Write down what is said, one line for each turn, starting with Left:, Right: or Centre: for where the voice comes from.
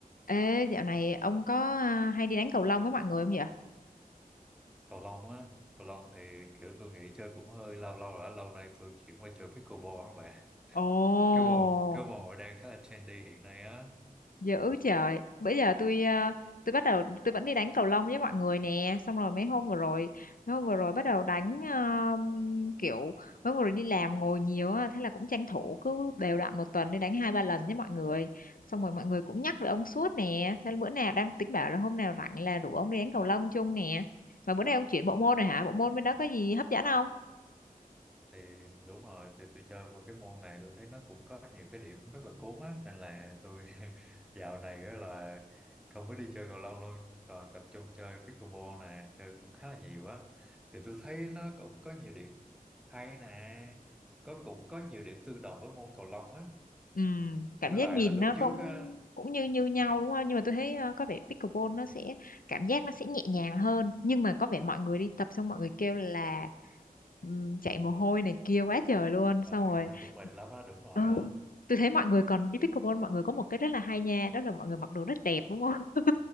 Left: Ê, dạo này ông có à, hay đi đánh cầu lông với mọi người không vậy?
Centre: cầu lông á cầu lông thì kiểu tôi nghĩ chơi cũng hơi lâu lâu rồi lâu nay tôi chuyển qua chơi pickleball đó bạn
Left: Ồ,
Centre: cái môn cái môn này đang khá là trendy hiện nay á
Left: dữ trời. Bây giờ tôi à, tôi bắt đầu tôi vẫn đi đánh cầu lông với mọi người nè, xong rồi mấy hôm vừa rồi, mấy hôm vừa rồi bắt đầu đánh à, kiểu mấy hôm vừa rồi đi làm ngồi nhiều á, thế là cũng tranh thủ cứ đều đặn một tuần đi đánh hai ba lần với mọi người. Xong rồi mọi người cũng nhắc về ông suốt nè, thế là bữa nào đang tính bảo là hôm nào rảnh là rủ ông đi đánh cầu lông chung nè. Mà bữa nay ông chuyển bộ môn rồi hả? Bộ môn bên đó có gì hấp dẫn không?
Centre: thì đúng rồi thì tôi chơi qua cái môn này tôi thấy nó cũng có nhiều cái điểm rất là cuốn á nên là tôi <laughs> dạo này á là không có đi chơi cầu lông luôn toàn tập trung chơi pickleball nè chơi cũng khá là nhiều á thì tôi thấy nó cũng có nhiều điểm hay nè có cũng có nhiều điểm tương đồng với môn cầu lông á
Left: Ừ, cảm
Centre: với
Left: giác
Centre: lại
Left: nhìn
Centre: là lúc
Left: nó cũng
Centre: trước á
Left: cũng như như nhau
Centre: À,
Left: đúng không? Nhưng mà tôi thấy ờ, có vẻ pickleball nó sẽ cảm giác nó sẽ nhẹ nhàng hơn, nhưng mà có vẻ mọi người đi tập xong mọi người kêu là ừm, chạy mồ hôi này kia quá trời luôn, xong
Centre: Trời,
Left: rồi
Centre: nó cũng mệt lắm đó, đúng rồi
Left: ừ,
Centre: á.
Left: tôi thấy mọi người còn đi pickleball mọi người có một cái rất là hay nha, đó là mọi người mặc đồ rất đẹp đúng không? <laughs>